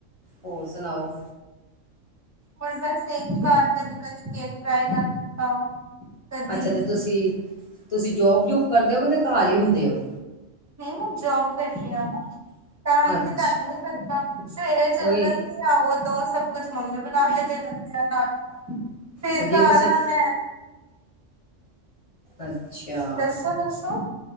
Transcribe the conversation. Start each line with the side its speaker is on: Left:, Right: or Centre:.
Left: ਹੋਰ ਸੁਣਾਓ?
Right: ਹੁਣ ਬਸ ਕਰ ਕਦੀ ਕਦੀ ਕੇਕ ਟਰਾਾਈ ਕਰ ਦਿੱਤਾ। ਕਦੀ
Left: ਅੱਛਾ ਤੇ ਤੁਸੀਂ, ਤੁਸੀਂ ਜੋਬ ਜੂਬ ਕਰਦੇ ਹੋ, ਕਿ ਤੇ ਘਰ ਹੀ ਹੁੰਦੇ ਹੋ?
Right: ਨਹੀਂ ਮੈਂ ਜੋਬ ਕਰਦੀ ਆ ਨਾ, ਤਾਂਹੀ
Left: ਅੱਛਾ
Right: ਟਾਈਮ ਨੀ ਲੱਗਦਾ ਸਵੇਰੇ ਚਲ
Left: ਉਹੀ
Right: ਜਾ ਉਦੋਂ ਸਭ ਕੁਛ ਮੰਮੀ ਬਣਾ ਕੇ ਦੇ ਦਿੰਦੇ ਆ ਨਾਸ਼ਤਾ, ਫੇਰ
Left: ਤੇ ਜੇ
Right: ਘਰ
Left: ਤੁਸੀਂ
Right: ਆਨਾ
Left: ਅੱਛਾ!
Right: ਦੱਸੋ ਦੱਸੋ